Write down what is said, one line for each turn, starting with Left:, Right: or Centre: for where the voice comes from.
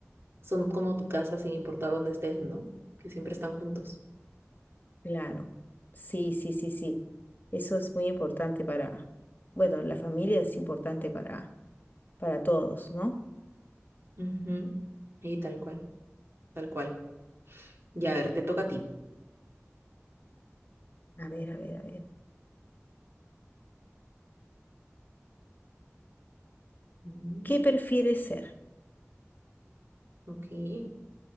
Right: son como tu casa sin importar dónde estés, ¿no? Que siempre están juntos.
Left: Claro. Sí, sí, sí, sí. Eso es muy importante para, bueno, la familia es importante para, para todos, ¿no?
Right: Ujú. Y tal cual, tal cual. Ya, a ver, te toca a ti.
Left: A ver, a ver, a ver.
Right: Ujú,
Left: ¿Qué prefieres ser?
Right: Ok. <laughs>